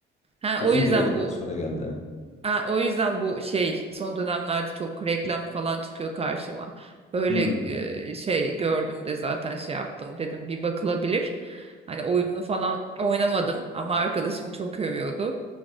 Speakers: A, on the right (about 30°); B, on the left (about 35°).
A: Ha,
B: Uzun
A: o yüzden
B: bir aradan
A: bu
B: sonra geldi.
A: Ha, o yüzden bu şey son dönemlerde çok reklam falan çıkıyor karşıma. Böyle
B: Hı
A: e, şey gördüm de zaten şey yaptım dedim bir bakılabilir. Hani oyununu falan oynamadım ama arkadaşım çok övüyordu.